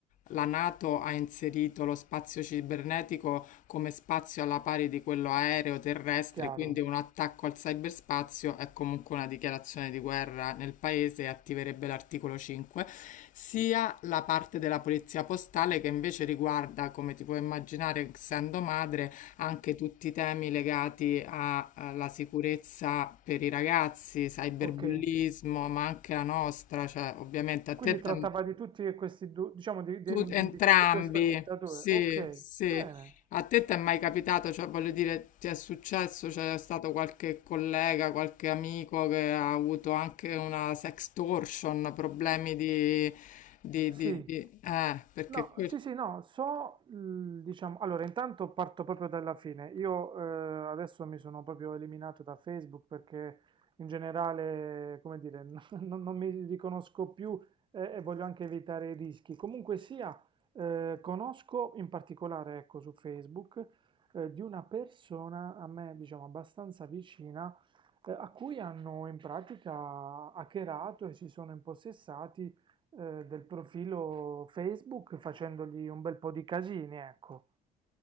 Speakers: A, on the left; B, on the right.
A: la NATO ha inserito lo spazio cibernetico come spazio alla pari di quello aereo terrestre,
B: chiaro.
A: quindi un attacco al cyberspazio è comunque una dichiarazione di guerra nel paese e attiverebbe l'articolo 5, sia la parte della polizia postale che invece riguarda, come ti puoi immaginare, essendo madre, anche tutti i temi legati a- alla sicurezza per i ragazzi, cyberbullismo,
B: Ok.
A: ma anche la nostra, cioè ovviamente a
B: Quindi
A: te t'è-
B: trattava di tutti e questi due, diciamo di, di-
A: tu, entrambi,
B: di queste due sfaccettature.
A: sì,
B: Ok,
A: sì.
B: bene.
A: A te ti è mai capitato, cioè voglio dire, ti è successo, c'è stato qualche collega, qualche amico che ha avuto anche una sextortion, problemi di... di,
B: Sì,
A: di, di- eh, perché
B: no,
A: questo...
B: sì, sì, no, so, l- diciamo, allora intanto parto proprio dalla fine. Io eh, adesso mi sono proprio eliminato da Facebook perché in generale, come dire, <laughs> non, non mi riconosco più eh, e voglio anche evitare i rischi. Comunque sia, eh, conosco in particolare, ecco, su Facebook, eh, di una persona a me, diciamo, abbastanza vicina eh, a cui hanno in pratica hackerato e si sono impossessati eh, del profilo Facebook facendogli un bel po' di casini, ecco.